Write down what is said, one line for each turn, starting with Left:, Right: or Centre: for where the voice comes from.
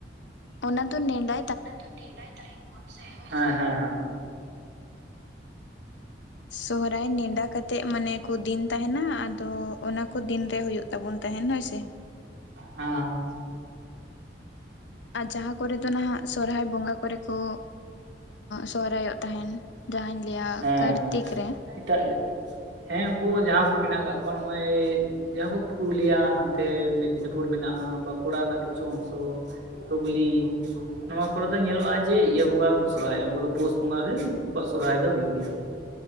Left: ᱚᱱᱟ ᱫᱚ ᱱᱮᱸᱰᱟ
Right: ᱚᱱᱟ ᱫᱚ ᱱᱮᱰᱟᱭ ᱛᱟᱦᱮᱱ ᱵᱚᱱ ᱥᱮ? ᱦᱮᱸ ᱦᱮᱸ᱾
Left: ᱥᱚᱦᱚᱨᱟᱭ ᱱᱮᱸᱰᱟ ᱠᱟ ᱛᱮᱜ ᱢᱟᱱᱮ ᱠᱚ ᱫᱤᱱ ᱛᱟᱦᱮᱱᱟ ᱟᱫᱚ ᱚᱱᱟ ᱠᱚ ᱫᱤᱱ ᱨᱮ ᱦᱩᱭᱩᱜ ᱛᱟᱵᱚᱱ ᱛᱟᱦᱮᱱ ᱦᱳᱭ ᱥᱮ᱾
Right: ᱦᱟᱸ᱾
Left: ᱟᱨ ᱡᱟᱦᱟᱸ ᱠᱚᱨᱮ ᱫᱚ ᱱᱟᱦᱟᱜ ᱥᱚᱦᱚᱨᱟᱭ ᱵᱚᱸᱜᱟ ᱠᱚᱨᱮ ᱠᱚ ᱥᱚᱦᱚᱨᱟᱭᱚᱜ ᱛᱟᱦᱮᱱ᱾ ᱡᱟᱦᱟᱹᱧ ᱞᱹᱭᱟ
Right: ᱦᱮᱸ
Left: ᱠᱟᱨᱛᱤᱠ ᱨᱮ
Right: <unintelligible> ᱦᱮᱸ ᱩᱱᱠᱩ ᱡᱟᱦᱟᱸ ᱠᱚ ᱢᱮᱱᱟᱜ ᱟᱠᱟᱫ ᱠᱚᱣᱟ ᱱᱚᱜᱼᱚᱭ ᱡᱟᱦᱟᱸ ᱠᱚ ᱯᱩᱨᱩᱞᱤᱭᱟ ᱦᱟᱱᱛᱮ ᱢᱮᱫᱽᱱᱤᱯᱩᱨ ᱢᱮᱱᱟᱜᱼᱟ ᱵᱟᱸᱠᱩᱲᱟ ᱨᱮᱱᱟᱜ ᱠᱤᱪᱷᱩ ᱚᱝᱥᱚ᱾ ᱦᱩᱜᱽᱞᱤ ᱱᱚᱣᱟ ᱠᱚᱨᱮᱫ ᱫᱚ ᱧᱮᱞᱚᱜᱼᱟ ᱡᱮ ᱤᱭᱟᱹ ᱵᱚᱸᱜᱟ ᱜᱮᱠᱚ ᱥᱚᱦᱚᱨᱟᱭᱚᱜᱼᱟ ᱩᱱᱠᱩ ᱫᱚ ᱯᱩᱥ ᱵᱚᱸᱜᱟ ᱜᱮ ᱩᱱᱠᱩᱣᱟᱜ ᱥᱚᱦᱚᱨᱟᱭ ᱫᱚ ᱦᱩᱭᱩᱜ ᱜᱮᱭᱟ᱾